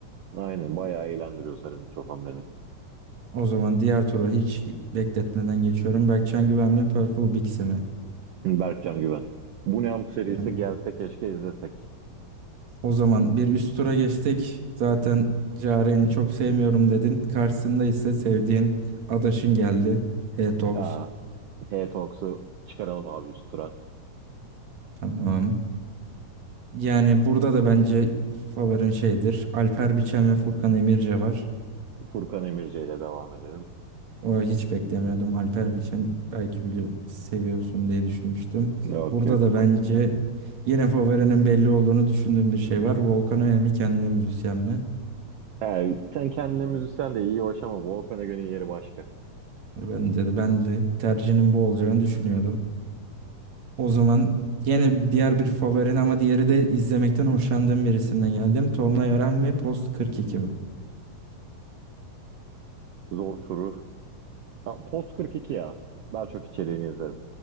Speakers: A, on the right (about 80°); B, on the right (about 55°).
A: Aynen bayağı eğlendiriyor sarı mikrofon beni.
B: O zaman diğer tura hiç bekletmeden geçiyorum. Berkcan Güven mi Purple Bixi mi?
A: Berkcan Güven. Bu ne amk serisi
B: Ben,
A: gelse keşke izlesek.
B: o zaman bir üst tura geçtik. Zaten Yaren'i çok sevmiyorum dedin. Karşısında ise sevdiğin adaşın geldi. H-Tox.
A: Ya H-Talks'u çıkaralım abi üst tura.
B: Tamam. Yani burada da bence favorin şeydir. Alper Biçen ve Furkan Emirce var.
A: Furkan Emirce ile devam edelim.
B: O hiç beklemiyordum. Alper Biçen belki bili seviyorsun diye düşünmüştüm.
A: Yok
B: Burada
A: yok.
B: da bence yine favorinin belli olduğunu düşündüğüm bir şey var. Volkan Öğe kendine müzisyen mi?
A: He, sen kendine müzisyen de iyi hoş ama Volkan'a göre yeri başka.
B: Bence de ben de tercihinin bu olacağını düşünüyordum. O zaman yine diğer bir favorin ama diğeri de izlemekten hoşlandığım bir isimden geldim. Tolunay Ören mi? Post 42 mi?
A: Zor soru. Ha, Post 42 ya. Daha çok içeriğini izlerim.